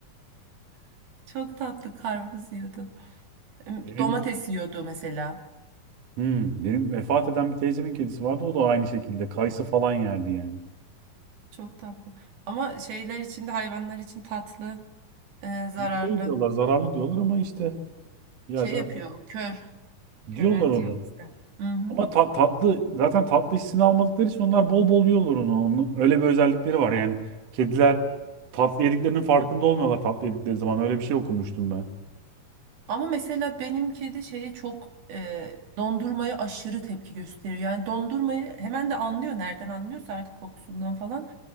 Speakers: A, on the right; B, on the right.
A: <laughs> Çok tatlı karpuz yiyordu. Em,
B: Benim
A: Domates yiyordu mesela.
B: hmm, benim vefat eden bir teyzemin kedisi vardı. O da aynı şekilde kayısı falan yerdi yani.
A: Çok tatlı. Ama şeyler için de hayvanlar için tatlı, e, zararlı.
B: Şey diyorlar zararlı diyorlar ama işte ya
A: Şey
B: zaten
A: yapıyor, kör, köreltiyor
B: diyorlar onu.
A: işte. Hı hı.
B: Ama ta- tatlı zaten tatlı hissini almadıkları için onlar bol bol yiyorlar onu. Onun öyle bir özellikleri var yani. Kediler tatlı yediklerinin farkında olmuyorlar tatlı yedikleri zaman. Öyle bir şey okumuştum ben.
A: Ama mesela benim kedi şeye çok e, dondurmaya aşırı tepki gösteriyor. Yani dondurmayı hemen de anlıyor. Nereden anlıyorsa artık kokusundan falan.